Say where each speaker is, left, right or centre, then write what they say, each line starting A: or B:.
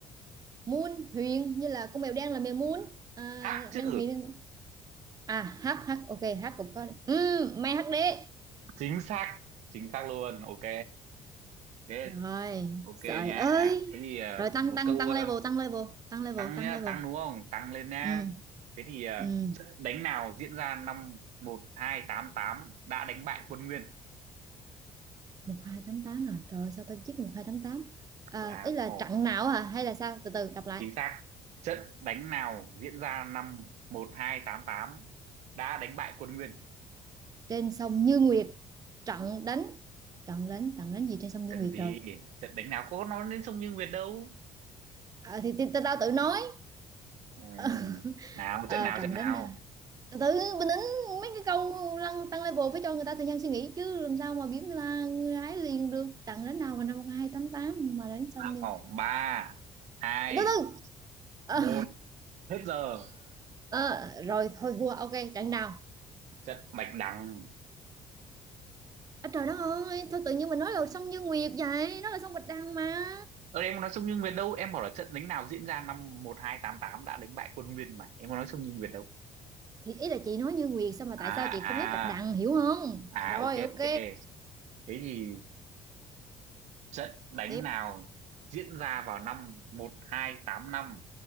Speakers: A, on the right; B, on the right.
A: Moon Huyền như là con mèo đen là mèo Moon à,
B: hắc chữ
A: đang Huyền à H H ok H cũng có ừ, may hát HD
B: chính xác chính xác luôn ok thế
A: rồi
B: ok
A: trời
B: nha
A: ơi
B: thế thì ờ,
A: rồi tăng
B: một
A: tăng
B: câu
A: tăng
B: ờ,
A: level tăng level tăng level
B: tăng
A: tăng
B: nhá
A: level
B: tăng đúng không tăng lên nhá
A: ừ
B: thế thì à,
A: ừ
B: trận đánh nào diễn ra năm một hai tám tám đã đánh bại quân Nguyên
A: một hai tám tám à rồi sao tao biết được 1288? à,
B: là
A: ý là
B: ồ
A: trận nào hả hay là sao từ từ đọc lại
B: chính xác trận đánh nào diễn ra năm một hai tám tám đã đánh bại quân Nguyên
A: trên sông Như Nguyệt trận đánh trận đánh trận đánh gì trên sông Như
B: trận
A: Nguyệt
B: gì
A: rồi
B: trận đánh nào có nói đến sông Như Nguyệt đâu
A: à, thì, thì tao tao tự nói
B: ừ.
A: <laughs>
B: nào
A: à,
B: trận nào
A: trận
B: trận nào
A: đánh à từ từ bình tĩnh mấy cái câu lăng tăng level phải cho người ta thời gian suy nghĩ chứ làm sao mà biết là người ta gái liền được trận đánh nào mà năm 1288 mà đánh xong như
B: ồ ba hai
A: từ từ Ờ,
B: một hết giờ
A: ờ, <laughs> rồi thôi thua ok trận nào
B: trận Bạch Đằng
A: À, trời đất ơi, sao tự nhiên mình nói là sông Như Nguyệt vậy? Nó là sông Bạch Đằng mà.
B: Ờ em có nói sông nhưng Nguyệt đâu, em bảo là trận đánh nào diễn ra năm 1288 đã đánh bại quân Nguyên mà. Em có nói sông nhưng Nguyệt đâu.
A: Thì ý là chị nói Như Nguyệt sao mà tại sao
B: À
A: chị không nhớ
B: à
A: Bạch Đằng hiểu không?
B: à
A: Rồi
B: ok
A: ok,
B: ok. Thế thì trận đánh
A: tiếp.
B: nào diễn ra vào năm 1285